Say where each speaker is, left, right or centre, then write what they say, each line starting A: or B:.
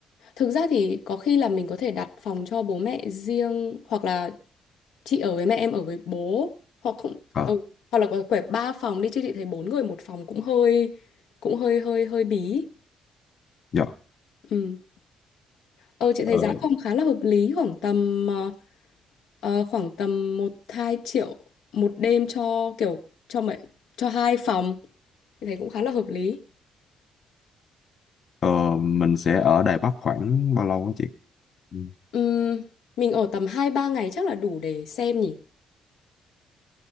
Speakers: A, on the left (about 80°); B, on the left (about 55°).
A: Thực ra thì có khi là mình có thể đặt phòng cho bố mẹ riêng hoặc là chị ở với mẹ em ở với bố hoặc không
B: ờ
A: ừ. hoặc là có quẻ ba phòng đi chứ chị thấy bốn người một phòng cũng hơi cũng hơi hơi hơi bí
B: dạ
A: ừ. ờ chị
B: ờ,
A: thấy giá phòng khá là hợp lý khoảng tầm ờ, ờ, khoảng tầm một hai triệu một đêm cho kiểu cho mấy cho hai phòng chị thấy cũng khá là hợp lý
B: ờ, mình sẽ ở Đài Bắc khoảng bao lâu á chị ừ.
A: Ừm, mình ở tầm hai ba ngày chắc là đủ để xem nhỉ